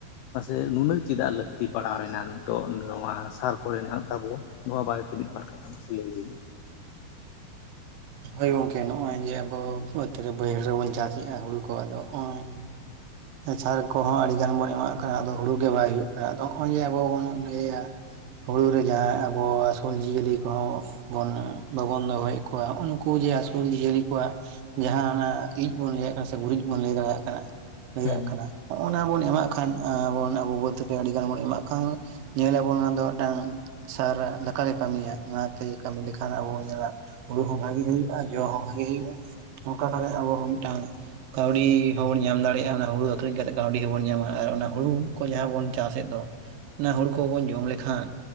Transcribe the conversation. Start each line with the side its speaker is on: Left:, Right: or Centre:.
Left: ᱢᱟᱥᱮ ᱱᱩᱱᱟᱹᱜ ᱪᱮᱫᱟᱜ ᱞᱟᱹᱠᱛᱤ ᱯᱟᱲᱟᱣᱮᱱᱟ ᱱᱤᱛᱚᱜ ᱱᱚᱣᱟ ᱥᱟᱨ ᱠᱚᱨᱮᱱᱟᱜ ᱛᱟᱵᱚ ᱱᱚᱣᱟ ᱵᱟᱨᱮ ᱛᱮ ᱢᱤᱫ ᱵᱟᱨ ᱠᱟᱛᱷᱟ ᱢᱟᱥᱮ ᱞᱟᱹᱭ ᱵᱤᱱ
Right: ᱦᱚᱭ ᱜᱚᱝᱠᱮ ᱱᱚᱜᱼᱚᱭ ᱡᱮ ᱟᱵᱚ ᱵᱟᱹᱫᱽ ᱨᱮ ᱵᱟᱹᱭᱦᱟᱹᱲ ᱨᱮᱵᱚᱱ ᱪᱟᱥᱮᱫᱼᱟ ᱦᱩᱲᱩ ᱠᱚ ᱟᱫᱚ ᱱᱚᱜᱼᱚᱭ
Left: <unintelligible>
Right: ᱥᱟᱨ ᱠᱚ ᱦᱚᱸ ᱟᱹᱰᱤᱜᱟᱱ ᱵᱚᱱ ᱮᱢᱟᱜ ᱠᱟᱱᱟ ᱟᱫᱚ ᱦᱩᱲᱩ ᱜᱮ ᱵᱟᱭ ᱦᱩᱭᱩᱜ ᱠᱟᱱᱟ ᱟᱫᱚ ᱱᱚᱜᱼᱚᱭ ᱡᱮ ᱟᱵᱚ ᱵᱚᱱ ᱤᱭᱟᱹᱭᱟ ᱦᱩᱲᱩ ᱨᱮ ᱡᱟᱦᱟᱸ ᱟᱵᱚ ᱟᱹᱥᱩᱞ ᱡᱤᱭᱟᱹᱞᱤ ᱠᱚᱦᱚᱸ ᱵᱚᱱ ᱵᱟᱵᱚᱱ ᱫᱚᱦᱚᱭᱮᱫ ᱠᱚᱣᱟ ᱦᱚᱸᱜ ᱩᱱᱠᱩ ᱡᱮ ᱟᱹᱥᱩᱞ ᱡᱤᱭᱟᱹᱞᱤ ᱠᱚᱣᱟᱜ ᱡᱟᱦᱟᱸ ᱚᱱᱟ ᱤᱡ ᱵᱚᱱ ᱞᱟᱹᱭᱟ ᱥᱮ ᱜᱩᱨᱤᱡᱽ ᱵᱚᱱ ᱞᱟᱹᱭ ᱫᱟᱲᱮᱭᱟᱜ ᱠᱟᱱᱟ ᱞᱟᱹᱭᱟᱜ
Left: ᱦᱮᱸ
Right: ᱠᱟᱱᱟ ᱦᱚᱸᱜᱼ ᱱᱟ ᱵᱚᱱ ᱮᱢᱟᱜ ᱠᱷᱟᱱ ᱟᱵᱚ ᱵᱟᱹᱫᱽ ᱟᱹᱰᱤᱜᱟᱱ ᱵᱚᱱ ᱮᱢᱟᱜ ᱠᱷᱟᱱ ᱧᱮᱞ ᱟᱵᱚᱱ ᱚᱱᱟ ᱫᱚ ᱢᱤᱫᱴᱟᱝ ᱥᱟᱨ ᱞᱮᱠᱟᱜᱮ ᱠᱟᱹᱢᱤᱭᱟ ᱚᱱᱟᱛᱮ ᱠᱟᱹᱢᱤ ᱞᱮᱠᱷᱟᱱ ᱟᱵᱚ ᱧᱮᱞᱟ ᱦᱩᱲᱩ ᱦᱚᱸ ᱵᱷᱟᱜᱤ ᱦᱩᱭᱩᱜᱼᱟ ᱡᱚ ᱦᱚᱸ ᱵᱷᱟᱜᱤ ᱦᱩᱭᱩᱜᱼᱟ ᱱᱚᱝᱠᱟ ᱠᱟᱛᱮ ᱟᱵᱚ ᱦᱚᱸ ᱢᱤᱫᱴᱟᱝ ᱠᱟᱹᱣᱰᱤ ᱦᱚᱸᱵᱚᱱ ᱧᱟᱢ ᱫᱟᱲᱮᱭᱟᱜᱼᱟ ᱚᱱᱟ ᱦᱩᱲᱩ ᱟᱹᱠᱷᱨᱤᱧ ᱠᱟᱛᱮ ᱠᱟᱹᱣᱰᱤ ᱦᱚᱸᱵᱚᱱ ᱧᱟᱢᱟ ᱟᱨ ᱚᱱᱟ ᱦᱩᱲᱩ ᱠᱚ ᱡᱟᱦᱟᱸ ᱵᱚᱱ ᱪᱟᱥᱮᱫ ᱫᱚ ᱚᱱᱟ ᱦᱩᱲᱩ ᱠᱚᱵᱚᱱ ᱡᱚᱢ ᱞᱮᱠᱷᱟᱱ